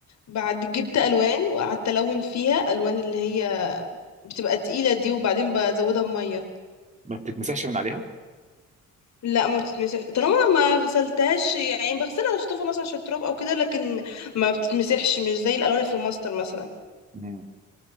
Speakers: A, on the left (about 65°); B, on the right (about 25°).
A: بعد جبت الوان وقعدت الون فيها الوان اللي هي بتبقى تقيلة دي وبعدين بزودها بمية
B: ما بتتمسحش من عليها؟
A: لا ما بتتمسح طالما ما غسلتهاش يعني بغسلها اشطفها مثلا عشان التراب او كده لكن ما بتتمسحش مش زي الالوان اللي في الماستر مثلا
B: مم.